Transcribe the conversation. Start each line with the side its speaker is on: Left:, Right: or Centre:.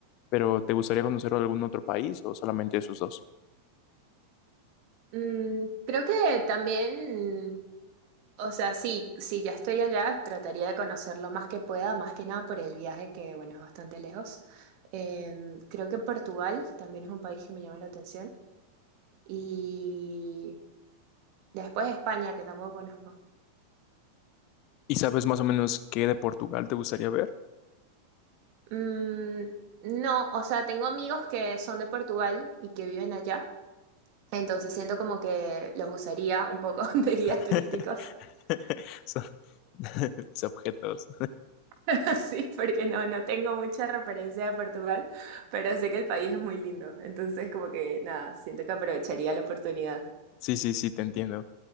Left: Pero ¿te gustaría conocer algún otro país o solamente esos dos?
Right: Mm, creo que también O sea, sí, si ya estoy allá, trataría de conocer lo más que pueda, más que nada por el viaje, que bueno, es bastante lejos. Em, creo que Portugal también es un país que me llama la atención. Y después España, que tampoco conozco.
Left: ¿Y sabes más o menos qué de Portugal te gustaría ver?
Right: Mm, no, o sea, tengo amigos que son de Portugal y que viven allá. Entonces siento como que los usaría un poco <laughs> de guías
Left: <laughs>
Right: turísticos
Left: Son <laughs> mis objetos.
Right: <laughs> Sí, porque no, no tengo mucha referencia de Portugal, pero sé que el país es muy lindo. Entonces, como que nada, siento que aprovecharía la oportunidad.
Left: Sí, sí, sí, te entiendo.